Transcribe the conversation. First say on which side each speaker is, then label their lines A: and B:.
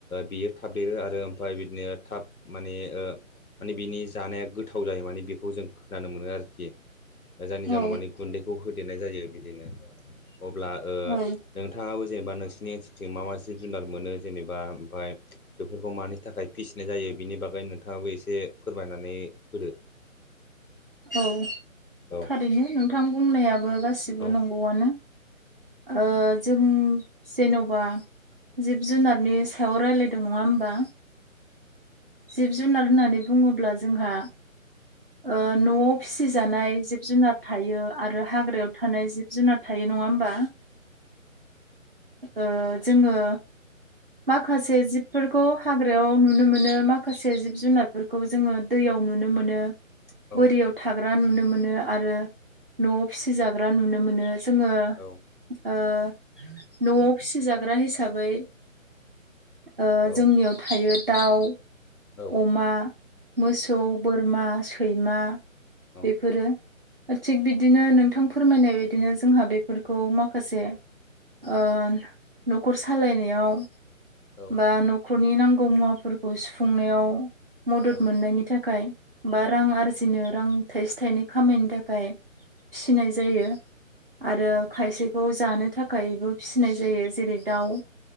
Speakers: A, on the left (about 85°); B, on the right (about 45°).
A: बियो थाब देरो आरो ओमफ्राय बिदिनो थाब माने ओ माने बिनि जानाया गोथाव जायो माने बेखौ जों खोनानो मोनो आरोखि। जायनि जाहोनाव
B: औ
A: मानि गुन्दैखौ होदेरनाय जायो बिदिनो। अब्ला ओ
B: औ
A: नोंथाङाबो जेनेबा नोंसिनि थिं मा मा जुनार मोनो जेनेबा ओमफाय बेफोरखौ मानि थाखाय फिसिनाय जायो बिनि बागै नोंथाङाबो एसे फोरमायनानै होदो।
B: औ
A: औ
B: थारैनो नोंथां बुंनायाबो गासिबो
A: औ
B: नंगौआनो। ओ जों जेन'बा जिब जुनारनि सायाव रायज्लायदों नङा होमबा? जिब जुनार होननानै बुङोब्ला जोंहा ओ न'आव फिसिजानाय जिब जुनार थायो आरो हाग्रायाव थानाय जिब जुनार थायो नङा होमबा? ओ जोङो माखासे जिबफोरखौ हाग्रायाव नुनो मोनो माखासे जिब जुनारफोरखौ जोङो दैयाव नुनो मोनो
A: औ
B: बोरियाव थाग्रा नुनो मोनो आरो न'आव फिसि जाग्रा नुनो मोनो जोङो
A: औ
B: ओ न'आव फिसिजाग्रा हिसाबै ओ
A: औ
B: जोंनियाव थायो दाउ,
A: औ
B: अमा मोसौ, बोरमा, सैमा
A: औ
B: बेफोरो। थिग बिदिनो नोंथां फोरमायनाय बायदिनो जोंहा बेफोरखौ माखासे ओ न'खर सालायनायाव
A: औ
B: बा न' खुरनि नांगौ मुवाफोरखौ सुफुंनायाव मदद
A: औ
B: मोननायनि थाखाय बा रां आरजिनो रां थाइसे थाइनै खामायनो थाखाय फिसिनाय जायो। आरो
A: उम
B: खायसेखौ जानो खायबो फिसिनाय जायो जेरै दाउ